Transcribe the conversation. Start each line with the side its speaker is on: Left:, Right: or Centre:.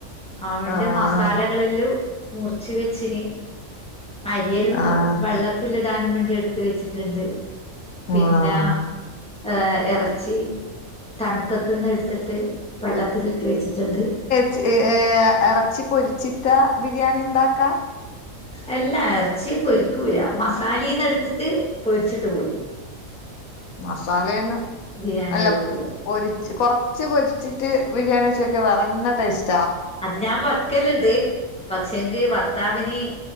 Centre: അതിന്റെ
Left: ആഹ്
Centre: മസാല കളെല്ലോം മുറിച് വെച്ചിന് അരിയെല്ലോം
Left: ആഹ്
Centre: വെള്ള- ത്തിലിടാനും വേണ്ടി എടുത്ത് വെച്ചിട്ടുണ്ട് പിന്ന
Left: ആഹ്
Centre: ഏ എറച്ചി തണുപ്പത്തുന്ന് എടുത്തിട്ട് വെള്ളത്തിലിട്ട് വെച്ചിട്ട്ണ്ട്.
Left: ച് ഏ എറച്ചി പൊരിച്ചിട്ടാ ബിരിയാണി ണ്ടാക്കാ?
Centre: അല്ലാ എറച്ചി പൊരിക്കൂല മസാലീന്ന് എടുത്തിട്ട് പൊരിച്ചിട്ട് കൊടുക്കൂ
Left: മസാലെന്ന്
Centre: ബിരിയാണി
Left: അല്ല
Centre: വെക്കൂല
Left: പൊരിച്ച് കൊറ ച്ച് പൊരിച്ചിട്ട് ബിരിയാണി വച്ച്നോക്കാ വേറന്ന ടേസ്റ്റ്
Centre: അത് ഞാൻ വക്കല്ണ്ട് പക്ഷെങ്കി ഭർത്താവിന്